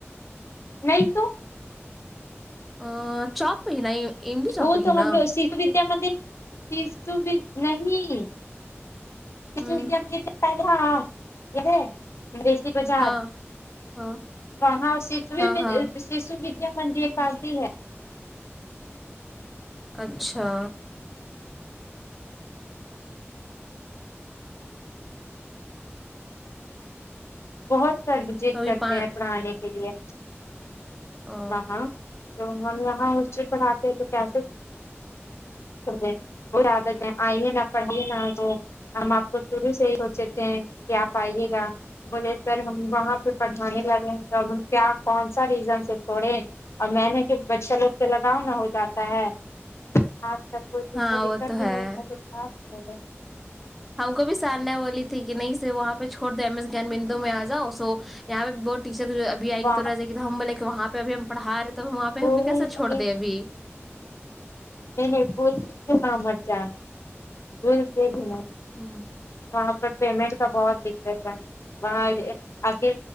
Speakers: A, on the left (about 70°); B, in the centre.
A: نہیں تو
B: ا چوک بہ نہیں املی ہی چوک
A: وہ
B: پہ ہی
A: تو ہم
B: نا
A: شیشو ودیا مندر شو نہیں <unintelligible>
B: ہوں
A: سی بازار
B: ہاں ہاں
A: وہاں <unintelligible> س <unintelligible> ج
B: ہاں ہاں
A: سوویددیا منے یہ آتی ہے
B: اچھا
A: بہت سر جد
B: کبھی
A: کرتے
B: پا
A: ہیں پڑھانے کے لیے
B: آ،
A: ہاں ہاں تو ہم یہاں ہاسٹل پر آتے ہیں تو کیسے کریں روز آکر کے آئیے نہ پڑھیے نہ وہ ہم آپ کو شروع سے ہی سوچے تھے ہیں کہ آپ آئیے گا بولے سر ہم وہاں پہ پٹھانے لگے ہیں تو اب کیا کون سا ریزنس چھوڑے اور میںنے کے بچہ لوگ سے لگاؤ نہ ہو جاتا ہے آپ سب کوئی چیز
B: ہاں
A: کا دقت
B: وہ تو ہے
A: ہی نہیں <unintelligible> ب خے
B: ہم کو بھی سر نے والی تھی کہ نہیں سر وہاں پہ چھوڑ دے ایم ایس گان بندو میں آ جاؤ سو یہاں پہ بہت ٹیچر ہے ابھی آئے
A: وہاں
B: گی تو رہ جاے گی ہم بولے کہ وہاں پہ اب ہم پڑھا رہے تو وہاں پہ
A: بول
B: ہم بھی کیسے چھوڑ
A: کی
B: دیں ابھی
A: نہیں بول <unintelligible> محمد جان <unintelligible> د ر کے بھی
B: ہوں
A: وہاں پر پیمنٹ کا بہت دقت ہے وہاں آخ